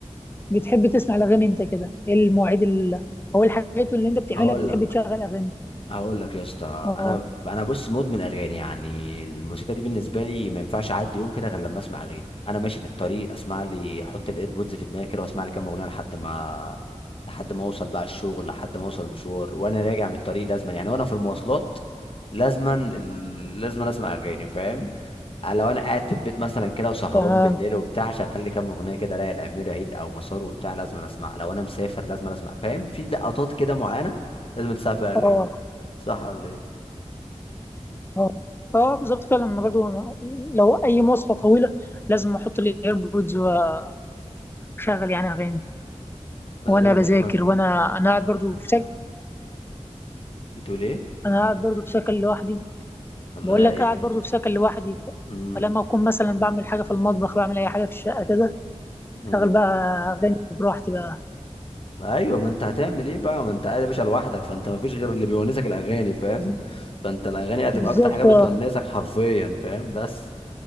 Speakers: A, on the left (about 20°); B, on the left (about 50°).
A: بتحب تسمع الاغاني امتى كده ايه المواعيد ال... او إيه الحاجات اللي انت بتعملها
B: اقول
A: بتحب
B: لك
A: تشغل اغاني
B: هقول لك يا اسطى
A: اه
B: انا انا بص مدمن اغاني يعني الموسيقى دي بالنسبه لي ما ينفعش اعدي يوم كده غير لما اسمع اغاني انا ماشي في الطريق اسمع لي احط الايربودز في دماغي كده واسمع لي كام اغنيه لحد ما لحد ما اوصل بقى الشغل لحد ما اوصل المشوار وانا راجع من الطريق لازما يعني وانا في المواصلات لازما ال- لازما اسمع اغاني فاهم آه، لو انا قاعد في البيت مثلا كده وسهران
A: تمام
B: بالليل وبتاع شغال لي كام اغنيه كده رايق الامير عيد او مسار وبتاع لازم أنا اسمع لو انا مسافر لازم أنا اسمع فاهم في لقطات كده معينه لازم تسمع فيها اغاني
A: اه
B: صح ولا ايه
A: اه اه بالظبط فعلا انا برضو لو اي مواصفه طويله لازم احط لي ايربودز واشغل يعني اغاني
B: ما
A: وانا
B: ده اللي بكلمك
A: بذاكر
B: فيه
A: وانا انا قاعد برضو في سكن
B: بتقول ايه
A: انا قاعد برضو في سكن لوحدي
B: الله
A: بقول
B: يعينك
A: لك قاعد برضو في سكن لوحدي
B: امم
A: فلما اكون مثلا بعمل حاجه في المطبخ بعمل اي حاجه في الشقه كده
B: امم
A: شغل بقى اغاني براحتي بقى
B: ايوه ما انت هتعمل ايه بقى ما انت قاعد يا باشا لوحدك فانت ما فيش غير اللي بيونسك الاغاني فاهم <laughs> فانت الاغاني هتبقى
A: بالظبط
B: اكتر حاجه بتونسك
A: اه
B: حرفيا فاهم بس